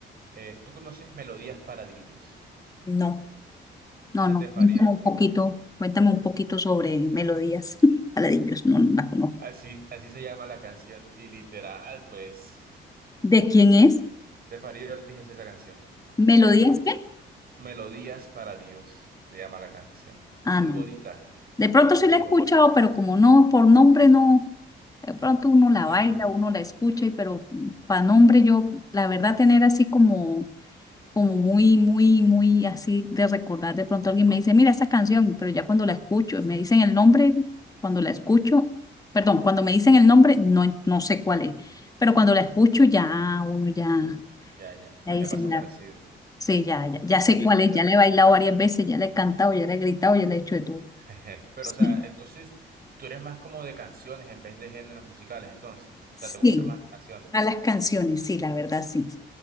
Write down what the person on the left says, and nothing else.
no.
no, no,
cuéntame
un poquito, cuéntame un poquito sobre melodías. <laughs> Paladillos, no, no la conozco.
¿De quién es?
¿Melodías
qué?
Ah,
no.
De pronto sí
la
he escuchado, pero como no, por nombre no. De pronto uno la
baila, uno la escucha, y pero para nombre yo, la verdad, tener así como como muy, muy, muy así de recordar. De pronto alguien me dice, mira esa canción, pero ya cuando la escucho, me dicen el nombre, cuando la escucho, perdón, cuando me dicen el nombre, no, no sé cuál es, pero cuando la escucho ya uno ya,
ya dice,
ya,
sí, ya, ya, ya sé
cuál
es,
ya le he bailado varias veces, ya le he cantado, ya le he gritado, ya le he hecho de todo. <laughs>
Sí,
sí,
a las canciones, sí, la verdad, sí.